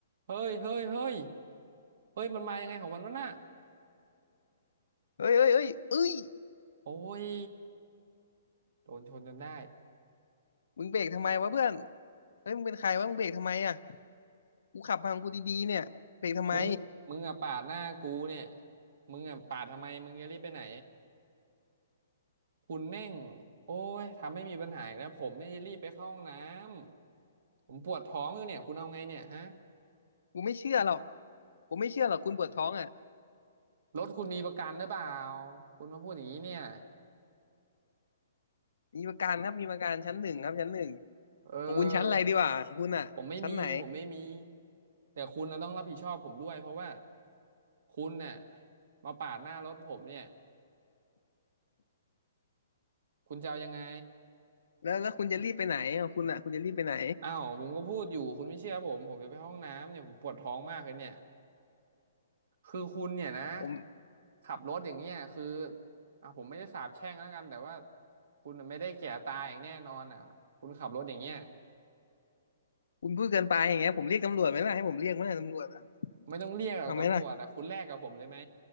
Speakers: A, on the right (about 60°); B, on the left (about 85°).
A: เฮ้ยเฮ้ยเฮ้ย เฮ้ยมันมายังไงของมันวะน่ะ
B: เอ้ยเอ้ยเอ้ยเอ้ย
A: โอ้ยโดนชนจนได้
B: มึงเบรกทำไมวะเพื่อนเฮ้ยมึงเป็นใครวะมึงเบรกทำไมอ่ะกูขับมาของกูดีๆเนี่ยเบรกทำไม
A: มึงมึงอะปาดหน้ากูเนี่ยมึงอะปาดทำไมมึงจะรีบไปไหนคุณแม่งโอ้ยทำให้มีปัญหาอีกแล้วผมไม่ได้รีบไปเข้าห้องน้ำผมปวดท้องอยู่เนี่ยคุณเอาไงเนี่ยฮะ
B: กูไม่เชื่อหรอกผมไม่เชื่อหรอกคุณปวดท้องอ่ะ
A: รถคุณมีประกันหรือเปล่าคุณมาพูดอย่างนี้เนี่ย
B: มีประกันครับมีประกันชั้นหนึ่งครับชั้นหนึ่ง
A: เออ
B: ของคุณชั้นอะไรดีวะของคุณอ่ะชั้นไหน
A: ผมไม่มีผมไม่มีแต่คุณน่ะต้องรับผิดชอบผมด้วยเพราะว่าคุณน่ะมาปาดหน้ารถผมเนี่ย คุณจะเอายังไง
B: แล้วแล้วคุณจะรีบไปไหนของคุณอ่ะคุณจะรีบไปไหน
A: อ้าวผมก็พูดอยู่คุณไม่เชื่อผมผมจะไปห้องน้ำเนี่ยผมปวดท้องมากเลยเนี่ยคือคุณเนี่ยนะ
B: ผม
A: ขับรถอย่างเงี้ยคืออ่ะผมไม่ได้สาปแช่งแล้วกันแต่ว่าคุณน่ะไม่ได้แก่ตายอย่างแน่นอนอ่ะคุณขับรถอย่างเงี้ย
B: คุณพูดเกินไปอย่างเงี้ยผมเรียกตำรวจไหมล่ะให้ผมเรียกไหมล่ะตำรวจอ่ะ
A: ไม่ต้องเรียกหรอกตำรวจอ่ะคุณแลกกับผมเลยไหม
B: เอาไหมล่ะ